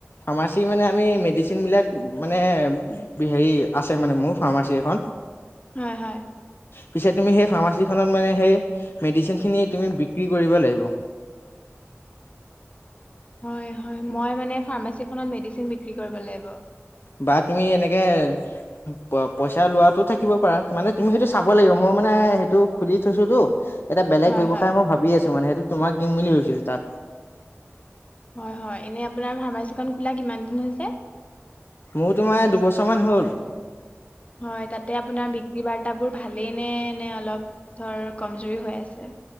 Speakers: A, on the left; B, on the left.
A: ফাৰ্মাচী মানে আমি মেডিচিনবিলাক মানে হেৰি আছে মানে মোৰ ফাৰ্মাচী এখন।
B: হয়, হয়।
A: পিছে তুমি সেই ফাৰ্মাচীখনত মানে সেই। মেডিচিন খিনি তুমি বিক্ৰী কৰিব লাগিব।
B: হয়, হয়, ম‌ই মানে ফাৰ্মাচীখনত মেডিচিন বিক্ৰী কৰিব লাগিব।
A: বা তুমি এনেকে। প‌ই পইচা লোৱাটো থাকিব পাৰা, মানে তুমি সেইটো চাব লাগিব মই মানে সেইটো খুুলি থৈছোতো। এটা বেলেগ
B: হয়
A: ব্যৱসায়
B: হয়
A: মই ভাবি আছো মানে সেইটো তোমাক দিম বুলি ভাবিছিলোঁ, তাত।
B: হয়, হয়, এনেই আপোনাৰ ফাৰ্মাচীখন খোলা কিমান দিন হৈছে?
A: মোৰ তোমাৰ দুবছৰ মান হ'ল।
B: হয় তাতে আপোনাৰ বিক্ৰী বাৰ্তাবোৰ ভালেই নে? নে অলপ ধৰ কমজৰি হৈ আছে?